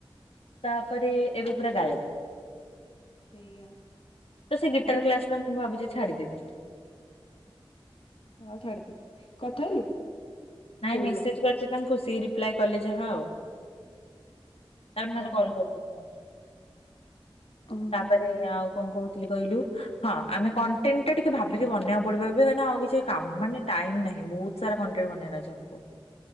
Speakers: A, on the left; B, on the left.
A: ତାପରେ ଏବେ ପୁରା ଗାଏବ।
B: ସେଇଆ
A: ତ ସେ ଗିଟାର
B: ଏବେ
A: କ୍ଲାସଟା ମୁଁ ଭାବୁଛି ଛାଡିଦେବି।
B: ହଁ ଛାଡିଦେ କଥା ହେଲୁ?
A: ନାଇଁ
B: କୋଉଠି
A: ମେସେଜ
B: କଥା ହେଲୁ
A: କରିଚି ତାଙ୍କୁ ସିଏ ରିପ୍ଲାଏ କଲେ ଯାହା ଆଉ ତାପରେ ନହେଲେ
B: ଓହୋ
A: କଲ୍ କର
B: ଉୁଁ
A: ତାପରେ
B: ହୁଁ
A: ଆଉ କଣ କହୁଥିଲି କହିଲୁ ହଁ ଆମେ କଣ୍ଟେଣ୍ଟ ଟା ଟିକେ ଭାବିକି ବନେଇଆକୁ ପଡିବ ଏବେ ବରନା କାହିଁକି ଆଉଛି କାମ ମାନେ ଟାଇମ ନାହିଁ ବହୁ ସାରା କଣ୍ଟେଣ୍ଟ ବନେଇବାର ଅଛି ଆମକୁ।